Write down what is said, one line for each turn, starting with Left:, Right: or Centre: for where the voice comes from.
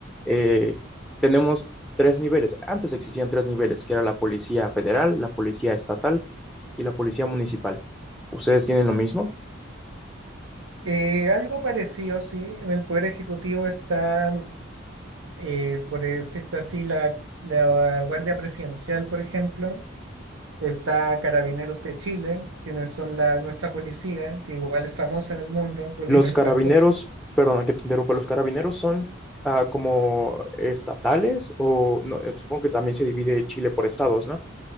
Centre: eh, tenemos tres niveles. Antes existían tres niveles, que era la policía federal, la policía estatal y la policía municipal. ¿Ustedes tienen lo mismo?
Right: Eh, algo parecido, sí, en el Poder Ejecutivo está eh, por decirte así, la, la Guardia Presidencial, por ejemplo, está Carabineros de Chile, quienes son la, nuestra policía, que igual es famosa en el mundo por
Centre: Los
Right: <laughs>
Centre: carabineros,
Right: diversas cosas.
Centre: perdona que te interrumpa, los carabineros son ah, como estatales o no, eh, supongo que también se divide Chile por estados, ¿no?